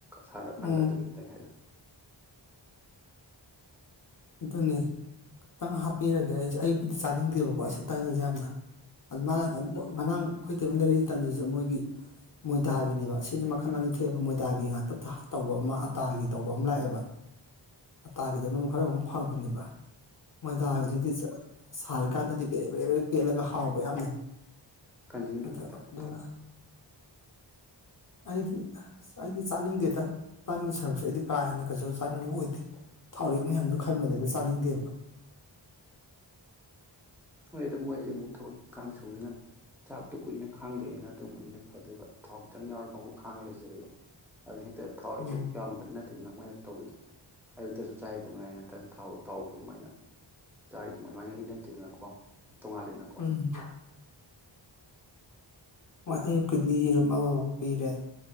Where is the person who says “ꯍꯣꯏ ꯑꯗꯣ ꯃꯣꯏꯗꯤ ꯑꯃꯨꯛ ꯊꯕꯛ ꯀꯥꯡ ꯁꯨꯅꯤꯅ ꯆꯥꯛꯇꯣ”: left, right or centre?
Centre